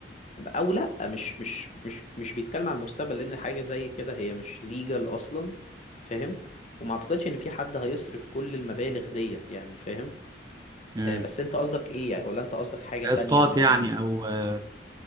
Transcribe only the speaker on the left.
او لا مش مش مش مش بيتكلم عن المستقبل لان حاجه زي كده هي مش ليجال اصلا فاهم وما اعتقدش ان في حد هيصرف كل المبالغ ديت يعني فاهم
آه، بس انت قصدك ايه يعني ولا انت قصدك حاجة
تانية يعني